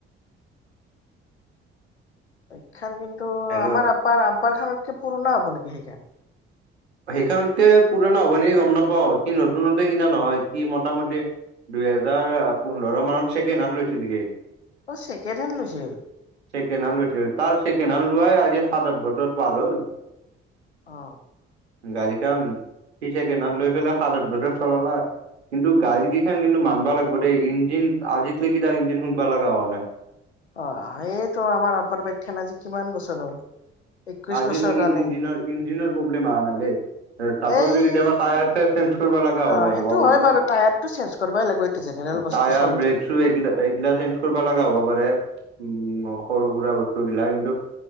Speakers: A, on the left; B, on the right.
A: বাইকখন কিন্তু
B: হেল্ল'
A: আমাৰ আপ্পাৰ আব্বাৰ খানাতকে পুৰণা হ'ব নেকি সেইখন?
B: সেইখনতকে পুৰণা হব নি গম নাপাও সি নতুনতে কিনা নহয় সি মোটামুটি দুইহেজাৰ পোন্ধৰৰ মানত চেকেণ্ডহেন লৈছিল গে।
A: অ ছেকেণ্ড হেণ্ড লৈছিল?
B: ছেকেণ্ড হেণ্ড লৈছিল তাৰ ছেকেণ্ড হেণ্ড লোৱাই আজি সাত আঠ বছৰ পাৰ হ'ল।
A: অ।
B: গাড়ীখন সি ছেকেণ্ডহেন লৈ পেলাই সাত আঠ বছৰ চলালা। কিন্তু গাড়ী কেইখন কিন্তু মানব লাগিব দেই ইঞ্জিন আজিক লৈকি তাৰ ইঞ্জিন খুলবা লগা হোৱা নাই।
A: অ এইটো আমাৰ আপাৰ বাইকখন আজি কিমান বছৰ হ'ল। একৈশ
B: আজিলিকে
A: বছৰ ৰানিং
B: ইঞ্জিনৰ ইঞ্জিনৰ প্ৰবলেম অহা নাই দেই। <unintelligible> কেতিয়াবা
A: এই
B: টায়াৰ চায়াৰ চেঞ্জ কৰিব লগা হ
A: অ সেইটো
B: হ'ব পাৰে।
A: হয় বাৰু টায়াৰটো চেঞ্জ কৰিবই লাগিব এইটো জেনেৰেল বস্তু
B: টায়াৰ
A: চলি
B: ব্ৰেক
A: থাকিলে
B: চু এই এইগিলা চেঞ্জ কৰিব লগা হ'ব পাৰে। উম সৰু সুৰা বস্ত। <unintelligible>